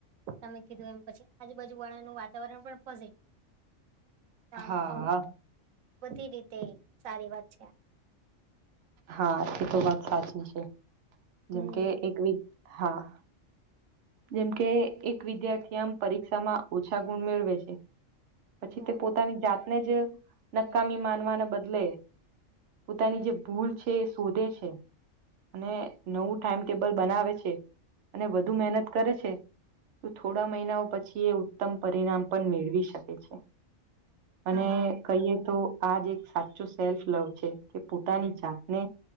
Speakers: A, on the right (about 85°); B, on the right (about 65°).
A: તમે કીધું એમ, પછી આજુબાજુ વાળાનું વાતાવરણ પણ પોઝિટિવ આમ
B: હા,
A: તો
B: આ.
A: બધી રીતે સારી વાત છે.
B: હા, એ તો વાત સાચી છે. જેમ
A: હમ
B: કે, એક વીક હા જેમ કે એક વિદ્યાર્થી આમ પરીક્ષામાં ઓછા ગુણ મેળવે છે. પછી
A: હા
B: તે પોતાની જાત અને જ નકામી માનવાના બદલે પોતાની જે. ભૂલ છે એ શોધે છે. અને નવું ટાઈમટેબલ બનાવે છે, અને વધુ મહેનત કરે છે. તો થોડા મહિનાઓ પછી એ ઉત્તમ પરિણામ પણ મેળવી શકે છે.
A: હા
B: અને કહીએ તો, આજ એક સાચું સેલ્ફ લવ છે કે, પોતાના પોતાની જાતને